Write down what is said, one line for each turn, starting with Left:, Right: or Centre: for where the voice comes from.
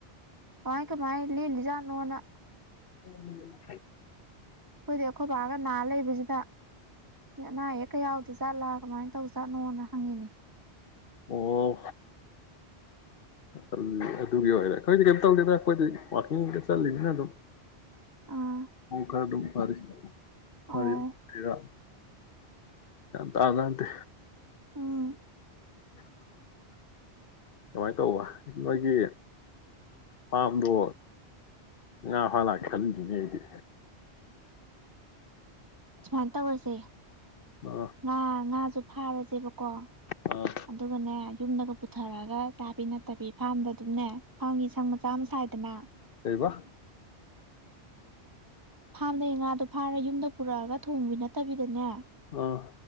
Right: ꯀꯃꯥꯏ ꯀꯃꯥꯏ ꯂꯦꯜꯂꯤꯖꯥꯠꯅꯣꯅ
Left: ꯎꯝ
Right: ꯑꯩꯈꯣꯏꯗꯤ ꯑꯩꯈꯣꯏ ꯕꯥꯒ ꯅꯥ ꯂꯩꯕꯖꯤꯗ ꯑꯅꯥ ꯑꯌꯦꯛ ꯀꯥ ꯌꯥꯎꯗ ꯖꯥꯠꯂꯥ ꯀꯃꯥꯏ ꯇꯧ ꯖꯥꯠꯅꯣꯅ ꯍꯪꯉꯤꯅꯦ
Left: ꯑꯣ ꯇꯜ ꯑꯗꯨꯗꯤ ꯑꯗꯨꯒꯤ ꯑꯣꯏꯔꯦ ꯑꯩꯈꯣꯏꯗꯤ ꯀꯩꯝ ꯇꯧꯗꯦꯗ ꯑꯩꯈꯣꯏꯗꯤ ꯋꯥꯥꯛꯀꯤꯡꯒ ꯆꯠꯂꯤꯕꯅꯤꯅ
Right: ꯑꯥ
Left: ꯈꯣꯡ ꯈꯔ ꯑꯗꯨꯝ ꯐꯔꯤ
Right: ꯑꯣ
Left: ꯑ ꯆꯔ <unintelligible> ꯒ꯭ꯌꯥꯟ ꯇꯕꯖꯥꯠ ꯅꯠꯇꯦ
Right: ꯎꯝ
Left: <inaudible> ꯀꯃꯥꯏꯅ ꯇꯧꯕ ꯅꯣꯏꯒꯤ ꯐꯥꯝꯗꯣ ꯉꯥ ꯐꯥ ꯂꯥꯛꯀꯦ ꯈꯜꯂꯤꯅꯤꯅꯦ ꯑꯩꯗꯤ
Right: ꯁꯨꯃꯥꯏ ꯇꯧꯔꯖꯦ
Left: ꯑꯥ
Right: ꯉꯥ ꯉꯥ ꯗꯨ ꯐꯥꯔꯖꯦꯕꯀꯣ
Left: ꯑꯥ
Right: ꯑꯗꯨꯒꯅꯦ ꯌꯨꯝꯗꯒ ꯄꯨꯊꯔꯒ ꯆꯥꯕꯤ ꯅꯠꯇꯕꯤ ꯐꯥꯔꯝꯗ ꯑꯗꯨꯝꯅꯦ ꯐꯥꯔꯝꯒꯤ ꯁꯪ ꯃꯆꯥ ꯑꯃ ꯁꯥꯏꯗꯅ
Left: ꯀꯔꯤꯕ
Right: ꯐꯥꯝꯗꯩ ꯉꯥꯗꯣ ꯐꯥꯔ ꯌꯨꯝꯗ ꯄꯨꯔꯛꯑꯒ ꯊꯣꯡꯕ ꯅꯠꯇꯕꯤꯗꯅꯦ
Left: ꯑꯥ